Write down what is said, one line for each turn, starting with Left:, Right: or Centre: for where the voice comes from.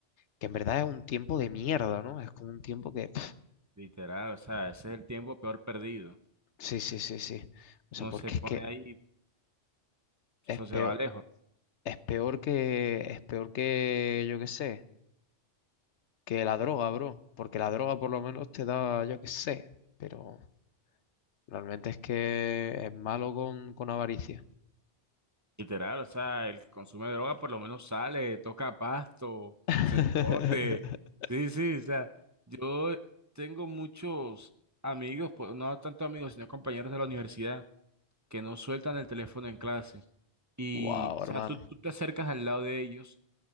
Left: que en verdad es un tiempo de mierda, ¿no? Es como un tiempo que... pf,
Right: literal, o sea, ese es el tiempo peor perdido.
Left: sí, sí, sí, sí. O sea,
Right: no
Left: porque
Right: se pone
Left: es que
Right: ahí, eso
Left: es
Right: se
Left: peor,
Right: va lejos.
Left: es peor que, es peor que, yo qué sé, que la droga, bro. Porque la droga por lo menos te da, yo qué sé, pero realmente es que es malo con, con avaricia.
Right: Literal, o sea, el que consume droga por lo menos sale, toca pasto,
Left: <laughs>
Right: se esconde. Sí, sí, o sea, yo tengo muchos amigos, pues, no tanto amigos, sino compañeros de la universidad que no sueltan el teléfono en clase. Y,
Left: Wow,
Right: o sea,
Left: hermano.
Right: tú, tú te acercas al lado de ellos